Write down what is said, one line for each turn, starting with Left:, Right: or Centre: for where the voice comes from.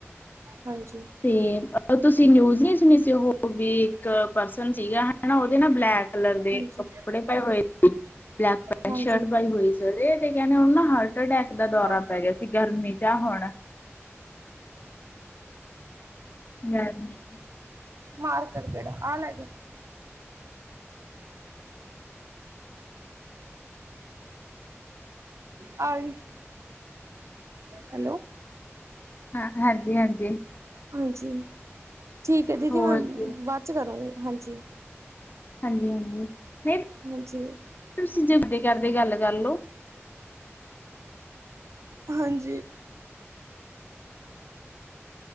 Right: ਹਾਂਜੀ,
Left: ਤੇ ਤੁਸੀਂ ਨਿਊਜ਼ ਨਹੀਂ ਸੀ ਉਹ ਵੀ ਪਰਸਨ ਸੀਗਾ ਹਨਾ ਉਹਦੇ ਨਾਲ ਬਲੈਕ ਕਲਰ ਦੇ
Right: ਹਾਂਜੀ,
Left: ਕੱਪੜੇ ਪਾਏ ਹੋਏ ਸੀ ਬਲੈਕ ਕਲਰ ਦੀ ਪੈਂਟ
Right: ਹਾਂਜੀ।
Left: ਸ਼ਰਟ ਪਾਈ ਹੋਈ ਸੀ ਹਰਟ ਟੈਕ ਦਾ ਦੌਰਾ
Right: ਮਾਰਕਰ
Left: ਪੈ ਗਿਆ ਸੀ ਗਰਮੀ ਜਾਂ ਹੁਣ ਗਰਮੀ
Right: ਮਾਰਕਰ ਕਿਹੜਾ ਆਹ ਲੈ ਹਜੀ ਹੈਲੋ
Left: ਹਾਂ ਹਾਂਜੀ ਹਾਂਜੀ
Right: ਹਾਂਜੀ ਠੀਕ ਹ ਦੀਦੀ
Left: ਹੋਰ
Right: ਮੈਂ
Left: ਜੀ
Right: ਬਾਅਦ ਚ ਕਰੂੰਗੀ ਹਾਂਜੀ
Left: ਹਾਂਜੀ ਹਾਂਜੀ ਨਹੀਂ
Right: ਹਾਂਜੀ
Left: ਤੁਸੀਂ ਜਬਰੀ ਕਰਦੇ ਗੱਲ ਕਰ ਲਓ
Right: ਹਾਂਜੀ